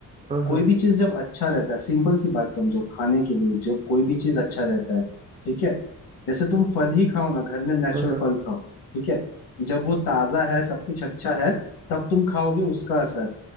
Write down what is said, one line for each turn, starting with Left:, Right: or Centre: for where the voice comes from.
Right: हाँ
Left: कोई
Right: हाँ
Left: भी चीज जब अच्छा रहता है सिंपल सी बात समझो खाने के लिए जब कोई भी चीज अच्छा रहता है ठीक है जैसे तुम फल ही खाओ ना घर में नेचुरल
Right: हाँ हाँ
Left: फल खाओ ठीक है जब वो ताजा है सब कुछ अच्छा है तब तुम खाओगे उसका असर